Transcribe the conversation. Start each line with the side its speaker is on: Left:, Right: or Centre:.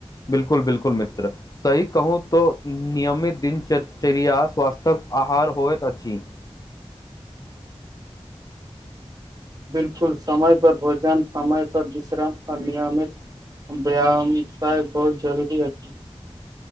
Left: बिलकुल बिलकुल मित्र सही कहू तो नियमित दिनचचर्या स्वास्थ्य्यक आहार होइत अछि
Right: बिलकुल समय पर भोजन समय पर विश्राम और नियमित व्यायामसाय बहुत जरूरी अछि